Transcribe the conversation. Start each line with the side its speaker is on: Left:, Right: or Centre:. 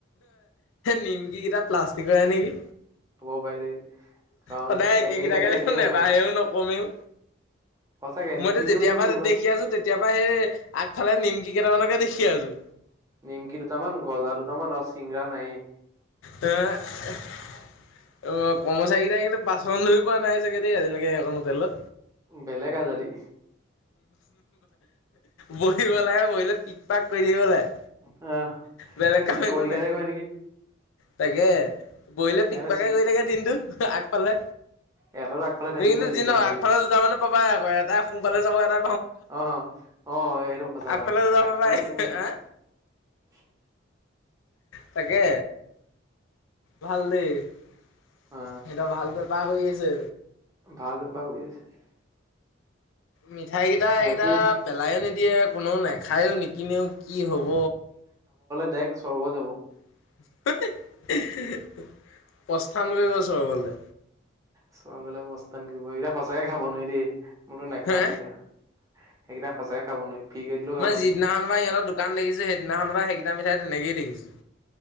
Left: নিমকি কেইটা প্লাষ্টিকৰে নেকি।
Right: হ'ব পাৰে দেই। কাৰণ
Left: সদায় একেগেইটাকে
Right: একেকেইটাকে দেখিয়ে
Left: দেখোন
Right: থাকো
Left: নেবাহেও নকমেও।
Right: সঁচাকে
Left: মইতো
Right: নিকিনেও
Left: যেতিয়াপা
Right: নেকি কোনোবা।
Left: দেখি আছো তেতিয়া পৰা সেই আগফ নিমকি কেইটামানকে দেখি আছো।
Right: নিমকি দুটামান গজা দুটামান আৰু চিংগৰা নাইয়ে
Left: হে অ কৰ্মচাৰীকেইটাই কিন্তু বাচন ধুই পোৱা নাই চাগে দেই আজিলৈকে সেইখন হোটেলত
Right: বেলেগ আজাদি
Left: বহিব লাগে বহিলে পিক পাক কৰি থাকিব লাগে।
Right: আহ
Left: বেলেগ
Right: এই
Left: কাম
Right: চিকটি
Left: একো নাই
Right: গাৰ্ডে কৰে নেকি।
Left: তাকে বহিলে পিক
Right: ইহঁতে
Left: পাকে
Right: চিক
Left: কৰি থাকে দিনটো পালে
Right: ইহঁতৰ আগফালে
Left: তুমি
Right: থাকিবই
Left: কিন্তু
Right: দিনে
Left: যি নহওক
Right: ৰাতিয়ে
Left: আগফালে দুটা মানুহ পাবাই আকৌ এটাই সো ফালে চাব এটাই
Right: অ অ অ এইটো সঁচা কথা
Left: আগফালে দুটা
Right: একফালে
Left: পাবাই
Right: তুমি
Left: হা
Right: <unintelligible>
Left: তাকে ভাল দেই সেইকেইটা
Right: অ
Left: ভাল বেপাৰ কৰি আছে।
Right: ভাল বেপাৰ কৰি আছে।
Left: মিঠাই কেইটা
Right: বাকী
Left: এইকেইটা পেলাইও নিদিয়ে কোনো নেখায়ো নিকিনেও কি হ'ব
Right: দাৰেক্ট স্বৰ্গ যাব
Left: <unintelligible> প্ৰস্থান কৰিব স্বৰ্গলে
Right: চোৱা বেল বস্ত <unintelligible> ন কৰিব এইকেইটা সঁচাইে খাব নোৱাৰি দেই মইতো নাখাও
Left: হে
Right: এইকেইটা সেইকেইটা সঁচাকে খাব নোৱাৰি ফ্ৰী কে দিলেও খাব
Left: মই
Right: নোৱাৰি
Left: যিদিনাখনৰ পৰা ইহঁৰ দোকান দেখিছো সেইদিনাখনৰ পৰা সেইকেইটা মিঠাই তেনেকে দেখিছো